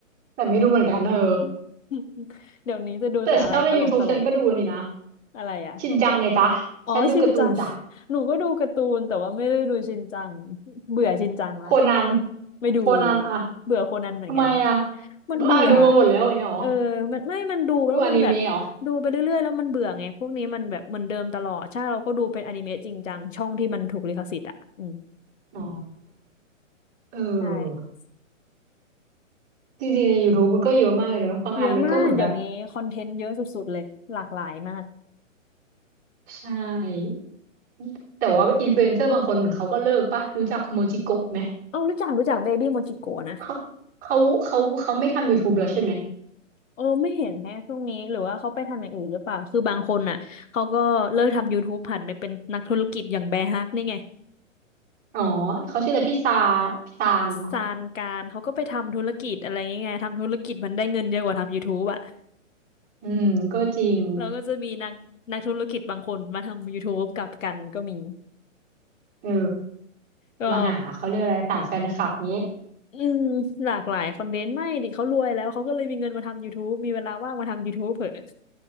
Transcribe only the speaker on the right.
แต่ไม่ดูเหมือนกันเออ
แต่ชอบใน YouTube ฉันก็ดูอันนี่นะ
ชินจังไงจ๊ะฉันดูการ์ตูนจ้ะ
โคนัน
โคนันอะ
ทำไมอะ
อ่ะดูมาหมดแล้วอย่างเงี้ยเหรอ
ดูอนิเมะเหรอ
อ๋อเออ
จริงๆใน YouTube มันก็เยอะมากเลยเนอะบางอันมันก็เหมือนแบบ
ใช่ แต่ว่าอินฟลูเอนเซอร์บางคนเหมือนเขาก็เลิกปะรู้จักโมจิโกะไหม
เขาเขาเขาเขาไม่ทำ YouTube แล้วใช่ไหม
อ๋อเขาชื่ออะไรพี่ซาพี่ซานเหรอ
อืมก็จริง
เออ
มาหาเขาเรียกอะไรฐานแฟนคลับนี้